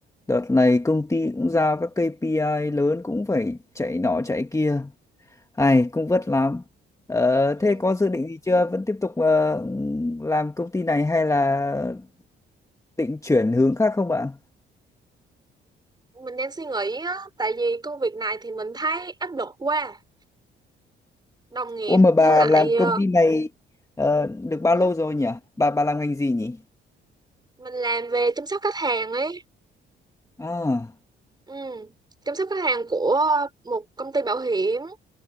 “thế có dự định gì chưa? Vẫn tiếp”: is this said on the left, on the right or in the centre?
Left